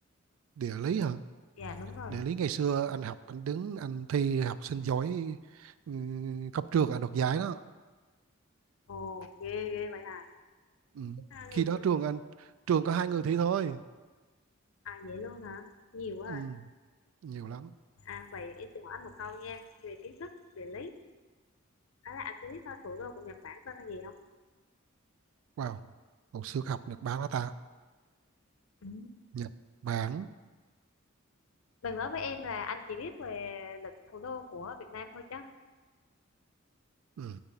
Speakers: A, on the right (about 80°); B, on the left (about 80°).
A: địa lý hả
B: dạ đúng rồi
A: địa lý ngày xưa anh học anh đứng anh thi học sinh giỏi ừ, cấp trường anh đoạt giải đó
B: ồ ghê ghê vậy hả
A: ừ.
B: à, ngày
A: khi đó
B: xưa
A: trường anh trường có hai người thi thôi
B: à vậy luôn hả nhiều quá
A: ừ.
B: à.
A: nhiều lắm
B: À, vậy em sẽ hỏi anh một câu nha về kiến thức địa lý. Đó là anh có biết ờ, thủ đô của Nhật Bản tên là gì không?
A: wow hồi xưa học Nhật Bản hả ta
B: Ừ.
A: Nhật Bản
B: Đừng nói với em là anh chỉ biết về lịch thủ đô của Việt Nam thôi chứ.
A: ừ.